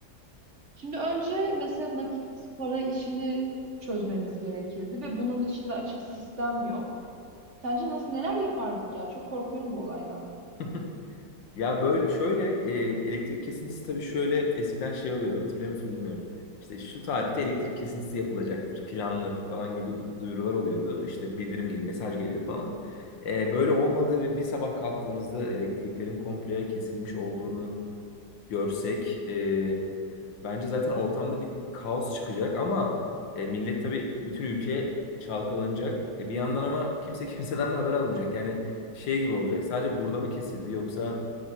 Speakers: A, on the right; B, on the left.
A: Şimdi önce mesela nakit para işini çözmemiz gerekirdi ve bunun için de açık sistem yok. Sence nasıl neler yapardık ya? Çok korkuyorum bu olaydan.
B: <laughs> Ya böyle şöyle e, elektrik kesintisi tabii şöyle eskiden şey oluyordu hatırlıyor musun bilmiyorum. İşte şu tarihte elektrik kesintisi yapılacaktır planlı falan gibi duyurular oluyordu. İşte bildirim geliyor, mesaj geliyor falan. E, böyle olmadığı ve bir sabah kalktığımızda elektriklerin komple kesilmiş olduğunu görsek e, bence zaten ortamda bir kaos çıkacak ama e, millet tabii bütün ülke çalkalanacak. E, bir yandan ama kimse <laughs> kimseden de haber almayacak. Yani şey gibi olacak. Sadece burada mı kesildi yoksa